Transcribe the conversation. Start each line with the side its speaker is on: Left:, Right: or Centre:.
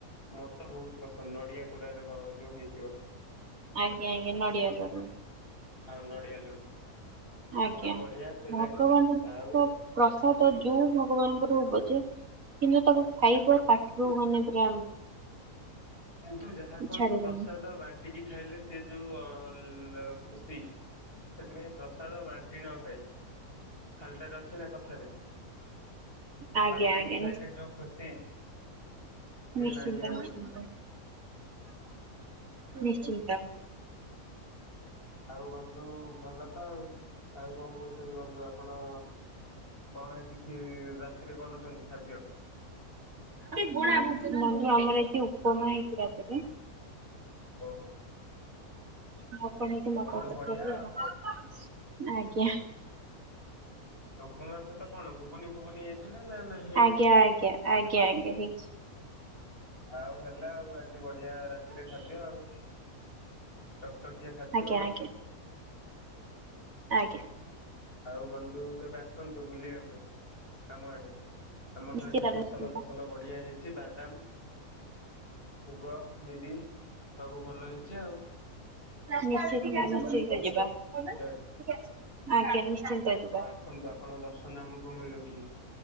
Left: ମତେ ବହୁତ ପସନ୍ଦ ନଡିଆ କୋରାରେ ଯୋଉ ହେଇଥିବ।
Right: ଆଜ୍ଞା ଆଜ୍ଞା ନଡିଆ ଲଡ଼ୁ।
Left: ଆଉ ନଡ଼ିଆ ଲଡୁ
Right: ଆଜ୍ଞା
Left: ଆଉ ବଢିଆ ସେ
Right: ଭଗବାନଙ୍କ
Left: ଲାଗେ ଆଉ
Right: ପ୍ରସାଦ ଯୋଉ ଭଗବାନଙ୍କର ହଉ ପଛେ କିନ୍ତୁ ତାକୁ ଖାଇବା ପାଟିରୁ ମାନେ ପୁରା
Left: କିନ୍ତୁ ଯାହା କୁହନ୍ତୁ
Right: ଛାଡିବନି।
Left: ପ୍ରସାଦ ବାଣ୍ଟିକି ଖାଇଲେ ସେ ଯୋଉ ଅ ଲୁ ଖୁସି ସେଥିପାଇଁ ପ୍ରସାଦ ବାଣ୍ଟି ନ ଖାଇ ଖାଲିଟାରେ ଅଛି ନା କଥାରେ
Right: ଆଜ୍ଞା
Left: ବାଣ୍ଟିକି
Right: ଆଜ୍ଞା
Left: ଖାଇଲେ ଯୋଉ ଖୁସି। ସିଏ
Right: ନିଶ୍ଚିତା
Left: ନାହିଁ ଆଉ
Right: ନିଶ୍ଚିତ
Left: କୋଉଥିରେ
Right: ନିଶ୍ଚିତ।
Left: ଆଉ ବନ୍ଧୁ ଭଲ ତ ଆଉ ଆଉ କଣ କହୁଛନ୍ତି ବନ୍ଧୁ ଆପଣ କଣ ଆଜି ହିଁ ରାତିରେ କରୁଛନ୍ତି ଖାଦ୍ୟ?
Right: ବନ୍ଧୁ ଆମର ଆଜି ଉପମା ହେଇଛି ରାତିରେ।
Left: ଓହୋ।
Right: <unintelligible>
Left: ବନ୍ଧୁ ବଢିଆ ଆଉ।
Right: ଆଜ୍ଞା।
Left: ଆଉ ଉପମା ସହିତ କଣ ଘୁଗୁନି ଫୁଗୁନି ହେଇଛି ନା ନା ନାଇ?
Right: ଆଜ୍ଞା ଆଜ୍ଞା ଆଜ୍ଞା ଆଜ୍ଞା ହେଇଛି।
Left: ଆଉ ହେଲା ଆଉ ଆଜି ବଢିଆ ରାତିରେ ଖାଦ୍ୟ ଆଉ। ଟକଟକିଆ ଖାଦ୍ୟ
Right: ଆଜ୍ଞା
Left: ଆଉ।
Right: ଆଜ୍ଞା ଆଜ୍ଞା।
Left: ଆଉ ବନ୍ଧୁ କେବେ ଆସନ୍ତୁ ବୁଲିବା ପାଇଁ ଆମ ଆଡେ ଆମର
Right: ନିଶ୍ଚିତ
Left: ଏଠି ଫସଲ
Right: ନିଶ୍ଚିନ୍ତ।
Left: ଫସଲ ବଢିଆ ହେଇଛି ବାଦାମ। ମୁଗ ବିରିି ସବୁ ଭଲ ହେଇଛି ଆଉ।
Right: ନିଶ୍ଚ
Left: ଆପଣ
Right: ନିଶ୍ଚିତ
Left: କେବେ ଆସନ୍ତୁ
Right: ଯିବା ଆଜ୍ଞା।
Left: ଇଆଡେ
Right: ନି ନିଶ୍ଚିତ ଯିବା
Left: ହଁ ଆସନ୍ତୁ ଆପଣଙ୍କ ଦର୍ଶନ ଆମକୁ ମିଳୁ ଟିକେ